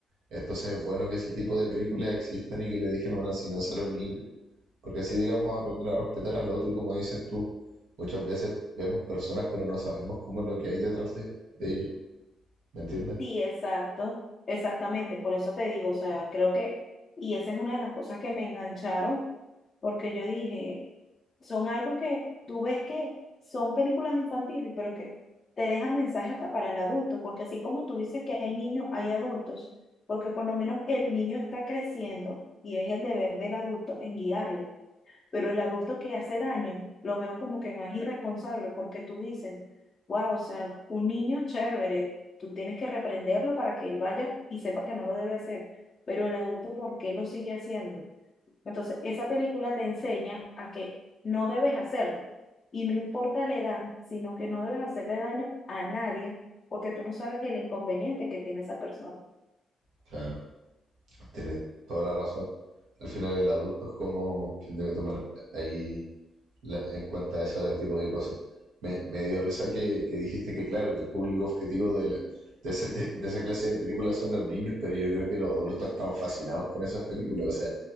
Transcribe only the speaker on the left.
Sí, exacto, exactamente, por eso te digo, o sea, creo que, y esa es una de las cosas que me engancharon, porque yo dije, son algo que tú ves que son películas infantiles, pero que te dejan mensajes hasta para el adulto, porque así como tú dices que hay niños, hay adultos, porque por lo menos el niño está creciendo y es el deber del adulto en guiarlo. Pero el adulto que hace daño, lo veo como que más irresponsable porque tú dices, wow, o sea, un niño chévere, tú tienes que reprenderlo para que él vaya y sepa que no lo debe hacer. Pero el adulto, ¿por qué lo sigue haciendo? Entonces, esa película te enseña a que no debes hacerlo. Y no importa la edad, sino que no debes hacerle daño a nadie porque tú no sabes el inconveniente que tiene esa persona.